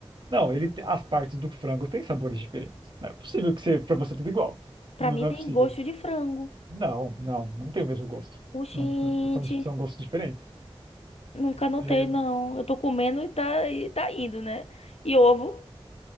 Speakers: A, on the right; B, on the left.
A: Não, ele te- as partes do frango têm sabores diferentes. Não é possível que você, para você tudo igual.
B: Pra
A: Não,
B: mim
A: não
B: tem
A: é possível.
B: gosto de frango.
A: Não, não, não tem o mesmo gosto.
B: Oxente,
A: Não- são, são gostos diferentes.
B: nunca notei,
A: É,
B: não. Eu tô comendo e tá, e tá indo, né? E ovo?